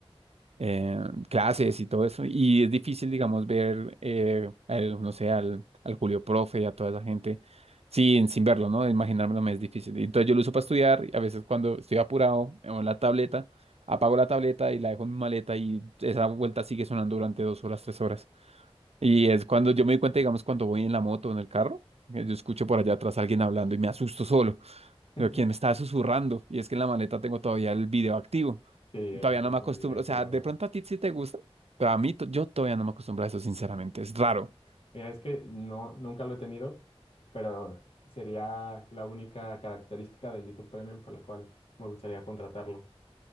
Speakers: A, on the right; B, on the left.
A: eh, clases y todo eso, y es difícil, digamos, ver, eh, al, no sé, al, al Julio Profe y a toda esa gente sin, sin verlo, ¿no? Imaginármelo me es difícil. Y Entonces yo lo uso para estudiar, y a veces cuando estoy apurado en la tableta, apago la tableta y la dejo en mi maleta y esa vuelta sigue sonando durante dos horas, tres horas. Y es cuando yo me di cuenta, digamos, cuando voy en la moto o en el carro, que yo escucho por allá atrás a alguien hablando y me asusto solo.
B: <laughs>
A: Pero quién me está susurrando, y es que en la maleta tengo todavía el video activo.
B: Sí, el
A: Todavía
B: teléfono
A: no me acostumbro,
B: ahí activado.
A: o sea, de pronto a ti sí te gusta, pero a mí to- yo todavía no me acostumbro a eso, sinceramente, es raro.
B: Mira, es que no, nunca lo he tenido, pero sería la única característica de YouTube Premium por la cual me gustaría contratarlo.